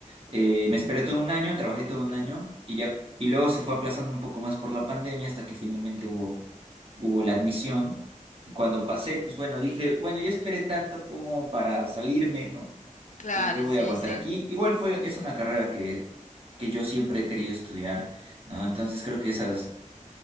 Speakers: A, on the right (about 45°); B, on the left (about 65°).
A: Eh,
B: Ujú.
A: me esperé todo un año, trabajé todo un año y ya, y luego se fue aplazando un poco más por la pandemia hasta que finalmente hubo, hubo la admisión. Y cuando pasé, pues bueno, dije, bueno, ya esperé tanto como para salirme, ¿no?
B: Claro,
A: Entonces yo voy
B: sí,
A: a aguantar
B: sí.
A: aquí. Igual fue, es una carrera que, que yo siempre he querido estudiar, ¿no? Entonces creo que esas